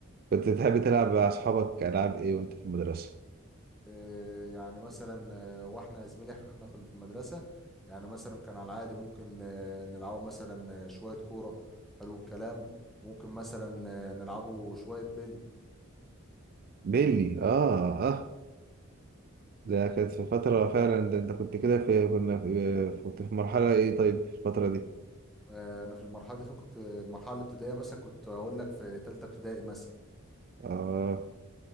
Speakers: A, on the right; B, in the centre.
A: كنت بتحب تلعب مع اصحابك العاب ايه وانت في المدرسة
B: إيه يعني مثلا آه، واحنا يا زميلي احنا إحنا كنا في المدرسه يعني مثلا كان على العادي ممكن آه، نلعبوا مثلا آه، شويه كوره حلو الكلام ممكن مثلا آه، نلعبوا شويه بيلي
A: بيلي اه اه ده كانت في فترة فعلا ده انت كنت كده في كنا في كنت في مرحلة ايه طيب في الفترة دي
B: آه، انا في المرحله دي فين كنت المرحله الابتدائيه مثلا كنت هقول لك في ثالثه ابتدائي مثلا
A: اه